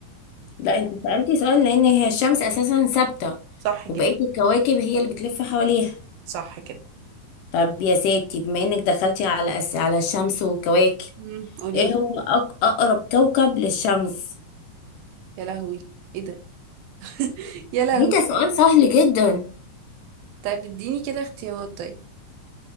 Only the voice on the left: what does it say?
لا انت سألتي سؤال لأن هي الشمس أساسا ثابتة
وبقية الكواكب هي اللي بتلف حواليها
طب يا ستي بما انك دخلتي على أس... على الشمس والكواكب
ايه هو أق... أقرب كوكب للشمس
ليه ده سؤال سهل جدا